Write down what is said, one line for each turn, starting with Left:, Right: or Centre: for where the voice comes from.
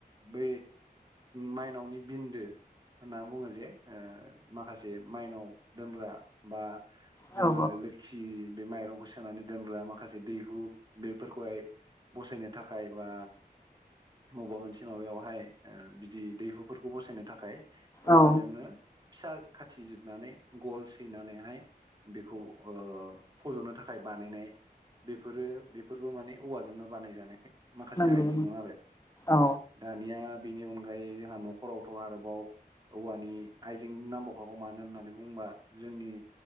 Right: बे माइनावनि बिन्दो होनना बुङो जे ओ माखासे माइनाव दोनग्रा बा जोङो
Left: औ
Right: लोक्षि बे माइरंखौ सोनानै दोनग्रा माखासे दैहु बेफोरखौहाय बसरनि थाखाय बा मुबा मोनसे माबायावहाय ओ बिदि दैहुफोरखौ बसायनो थाखाय औवाजोंनो
Left: औ
Right: फिसा खाथि जिरनानै गल सैनानैहाय बेखौ फज'नो थाखाय बानायनाय बेफोरो बेफोरबो माने औवाजोंनो बानाय जानाय माखासे
Left: नंगौ
Right: आइजेंमोन आरो
Left: औ
Right: दानिया बिनि अनगायै जोंहा नखरावथ' आरोबाव औवानि आइजें नांबावखागौ मानो होननानै बुंबा जोंनि